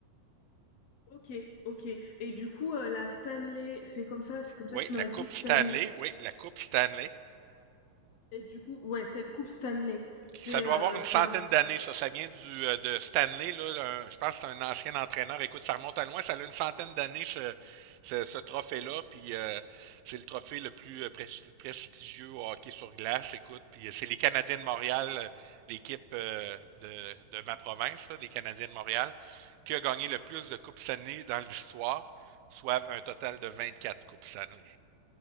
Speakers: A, on the left; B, on the right.
A: OK, OK et du coup, heu, la Stanley, c'est comme ça c'est comme
B: Oui,
A: ça que tu m'as
B: la Coupe
A: dit, Stanley?
B: Stanley. Oui, la Coupe Stanley.
A: Et du coup ouais, cette coupe Stanley, c'est,
B: Ça doit
A: heu,
B: avoir une
A: c'est
B: centaine
A: un
B: d'années, ça. Ça vient du, euh, de Stanley, là. un- je pense que c'est un ancien entraîneur. Écoute, ça remonte à loin. Ça a une centaine d'années, ce, ce- ce trophée-là. Puis euh, c'est le trophée le plus euh, pres- prestigieux au hockey sur glace. Écoute, puis euh, c'est les Canadiens de Montréal, euh, l'équipe euh, de, de ma province, là, des Canadiens de Montréal, qui a gagné le plus de Coupes Stanley dans l'histoire, soit un total de vingt-quatre Coupes Stanley.